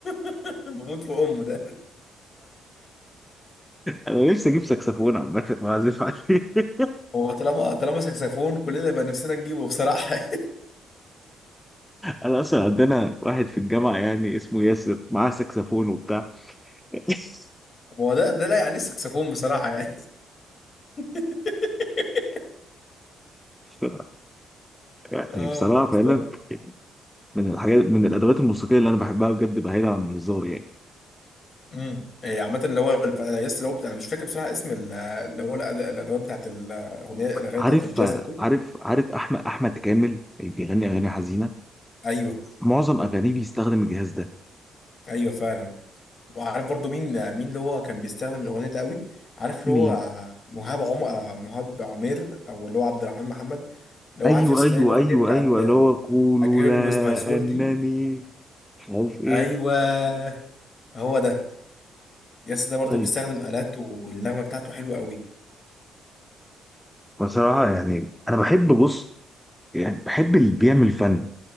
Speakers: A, on the left; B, in the centre.
A: <laughs> بموت في امه ده
B: انا نفسي اجيب ساكسفون عامه واعزف عليه <laughs>
A: هو طالما طالما ساكسفون كلنا يبقى نفسنا نجيبه بصراحه
B: انا اصلا عندنا واحد في الجامعه يعني اسمه ياسر معاه ساكسفون وبتاع <laughs>
A: <laughs> هو ده ده لايق عليه الساكسفون بصراحه يعني <laughs>
B: ف- يعني
A: اه
B: بصراحه
A: يا
B: فعلا
A: اسطى
B: من الحاجات من الادوات الموسيقيه اللي انا بحبها بجد بعيدا عن الهزار يعني
A: امم إيه، عامة اللي هو الف- أنا يس لو بتاع، انا مش فاكر بصراحة اسم ال- اللي هو الأد- الادوات بتاعت الاغنية الاغاني
B: عارف
A: بتاعت الجاز قوي
B: عارف عارف احمد احمد كامل بيغني اغاني حزينه
A: ايوه
B: في معظم اغانيه بيستخدم الجهاز ده
A: ايوه فعلا وعارف برضو مين مين اللي هو كان بيستخدم الاغنية ده قوي عارف اللي
B: مين
A: هو مهاب عمر مهاب عمير او اللي هو عبد الرحمن محمد اللي هو
B: ايوه
A: عارف يس
B: ايوه
A: اللي هي الاغنية
B: ايوه
A: بتاعت
B: ايوه اللي هو قولوا
A: A Girl
B: لا
A: With My Soul
B: انني
A: دي
B: مش عارف ايه
A: ايوه هو ده يس ده برضو
B: طيب
A: بيستخدم آلات والنغمة بتاعته حلوة قوي
B: بصراحه يعني انا بحب بص يعني بحب اللي بيعمل فن